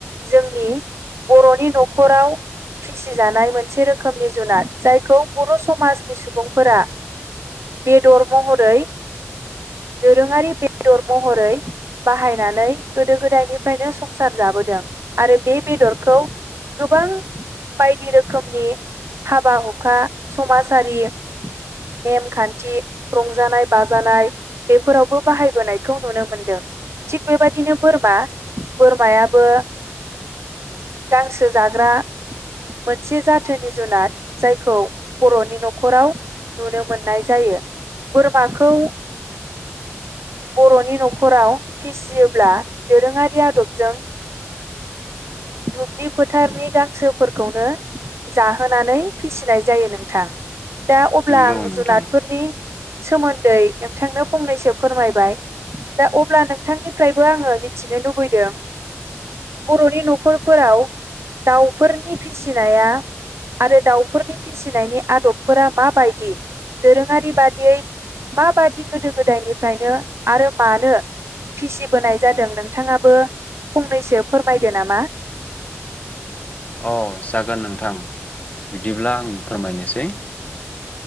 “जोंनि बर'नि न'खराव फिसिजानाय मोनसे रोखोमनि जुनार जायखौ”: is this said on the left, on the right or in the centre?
Right